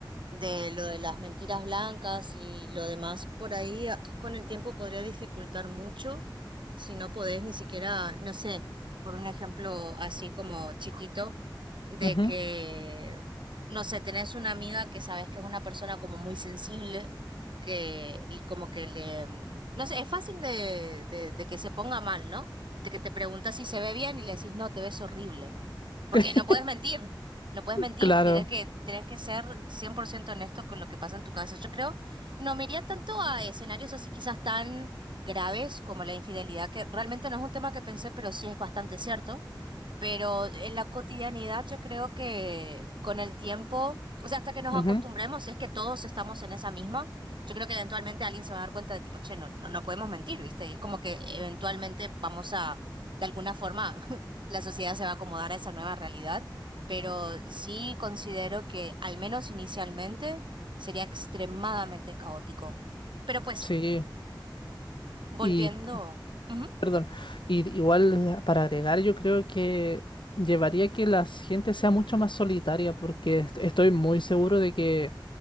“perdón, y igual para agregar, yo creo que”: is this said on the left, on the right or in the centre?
Left